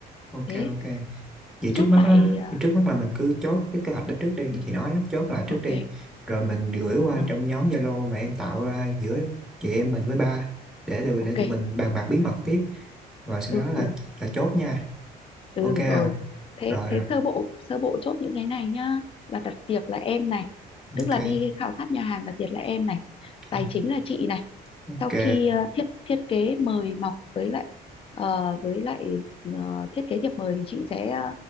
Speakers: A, in the centre; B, on the left (about 35°).
A: ok
B: thế
A: ok. Vậy
B: chốt
A: trước mắt
B: lại
A: á,
B: ờ,
A: vậy trước mắt là mình cứ chốt cái kế hoạch đó trước đi
B: ừ,
A: như chị nói á, chốt lại trước
B: ok
A: đi, rồi mình gửi qua
B: rồi
A: trong nhóm Zalo mà em tạo ra giữa chị em mình với ba để tụi
B: ok
A: để tụi mình bàn bạc bí mật tiếp, rồi sau
B: ừ,
A: đó là
B: được
A: là chốt nha,
B: ừ
A: ok không?
B: rồi thế
A: Rồi
B: thế
A: rồi,
B: sơ bộ sơ bộ chốt những cái này nhá là đặt tiệc là em này
A: ok,
B: tức là đi khảo sát nhà hàng đặt tiệc là em này
A: Dạ.
B: tài chính là chị này
A: ok.
B: sau khi ờ, thiết thiết kế mời mọc với lại ờ, với lại ờ, thiết kế thiệp mời thì chị sẽ ờ,